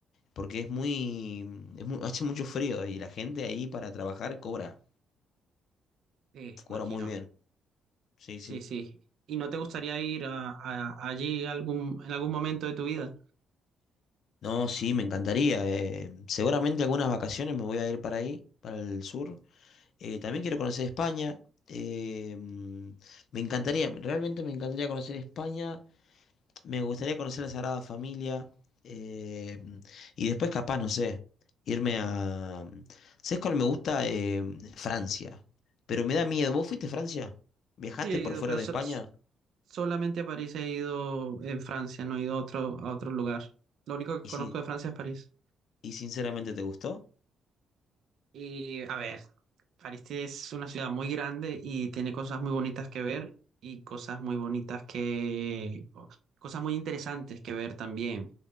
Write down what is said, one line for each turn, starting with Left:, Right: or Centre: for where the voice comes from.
Left: porque es muy, es mu- hace mucho frío y la gente ahí para trabajar cobra,
Right: Sí,
Left: cobra
Right: imagino,
Left: muy bien. Sí,
Right: sí,
Left: sí.
Right: sí. ¿Y no te gustaría ir a, a- allí algún, en algún momento de tu vida?
Left: No, sí, me encantaría. eh, seguramente algunas vacaciones me voy a ir para ahí, para el sur. Eh, también quiero conocer España. eh, mm, me encantaría, realmente me encantaría conocer España. Me gustaría conocer la Sagrada Familia. eh, y después, capaz, no sé, irme a... ¿Sabes cuál me gusta? Eh, Francia. Pero me da miedo. ¿Vos fuiste a Francia? ¿Viajaste
Right: Sí, he
Left: por
Right: ido,
Left: fuera
Right: pero
Left: de
Right: so-
Left: España?
Right: Solamente a París he ido en Francia, no he ido a otro, a otro lugar. Lo único que conozco
Left: ¿Y, sin-
Right: de Francia es París.
Left: y sinceramente te gustó?
Right: Y a ver, París es una ciudad muy grande y tiene cosas muy bonitas que ver y cosas muy bonitas que... o cosas muy interesantes que ver también.